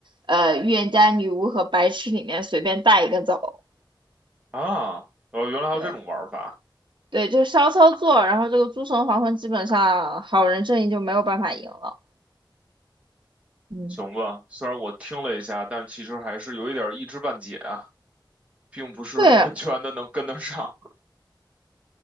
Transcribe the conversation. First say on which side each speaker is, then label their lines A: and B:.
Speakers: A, on the right; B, on the right.
A: 呃，预言家、女巫和白痴里面随便带一个走。
B: 啊，哦，原来还有这种玩法。
A: 对，对，就是骚操作，然后这个诸神黄昏基本上好人阵营就没有办法赢了。嗯，
B: 行吧，虽然我听了一下，但其实还是有一点儿一知半解啊，并不是完全的能跟得上。
A: 对，